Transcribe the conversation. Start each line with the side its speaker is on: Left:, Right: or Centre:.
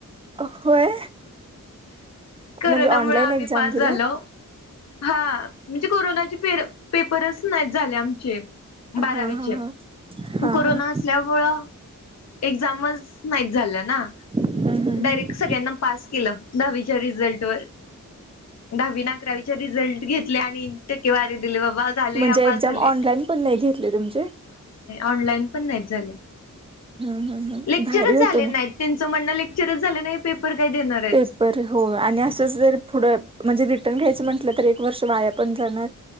Right: होय
Left: करोना
Right: म्हणजे ऑनलाईन
Left: मुळे आम्ही
Right: एक्झाम
Left: पास
Right: दिला
Left: झालो हा म्हणजे कोरोनाची फेर पेपरच नाही झाले आमचे
Right: हा
Left: बारावीचे
Right: हा हा हा
Left: कोरोना
Right: हा
Left: असल्यामुळं एक्झामच नाही झाल्या ना
Right: हम्म
Left: डायरेक्ट सगळ्यांना पास केलं दहावी रिझल्टवर दहावीने अकरावीचे रिझल्ट घेतले आणि टक्केवारी दिले बाबा झाले
Right: म्हणजे
Left: या पास
Right: एक्झाम
Left: झाले
Right: ऑनलाईन पण नाही घेतले तुमचे
Left: ऑनलाइन पण नाही झाले
Right: हम्म हम्म हम्म
Left: लेक्चरच
Right: भारी होतं
Left: झाले नाही
Right: मग
Left: त्यांचं म्हण लेक्चरच झा नाही काय देणार आहेत
Right: पेपर हो आणि असं जर पुढं म्हणजे पण घ्यायचं म्हटलं तर एक वर्ष वाया पण जाणार